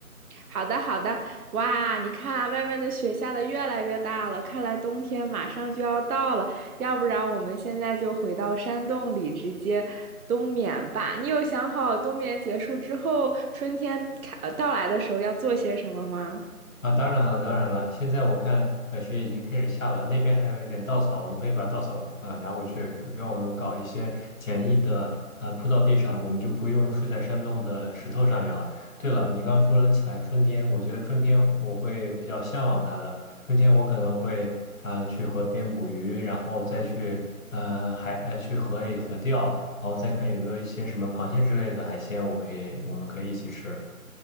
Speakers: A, on the right; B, on the left.
A: 好的，好的。哇，你看外面的雪下的越来越大了，看来冬天马上就要到了。要不然我们现在就回到山洞里直接冬眠吧。你有想好冬眠结束之后，春天开呃到来的时候要做些什么吗？
B: 啊，当然了，当然了。现在我看，呃，雪已经开始下了，那边还有一点稻草，我们可以把稻草，呃，拿回去，呃给我们搞一些简易的，呃，铺到地上，我们就不用睡在山洞的石头上面了。对了，你刚刚说了起来春天，我觉得春天我会比较向往它的。春天我可能会，呃，去河边捕鱼，然后再去，呃，海，呃，去河里河钓，然后再看有没有一些什么螃蟹之类的海鲜，我可以，我们可以一起吃。